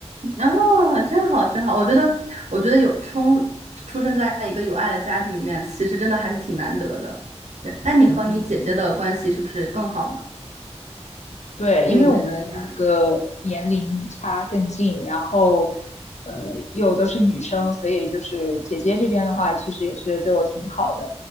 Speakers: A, on the right; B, on the left.
A: 啊，真好真好，我觉得我觉得有冲出生在一个有爱的家庭里面，其实真的还是挺难得的。对，那你和你姐姐的关系是不是更好呢？
B: <laughs> 嗯。对，
A: 因为你们对。
B: 因为我们两个年龄差更近，然后呃又都是女生，所以就是姐姐这边的话，其实也是对我挺好的。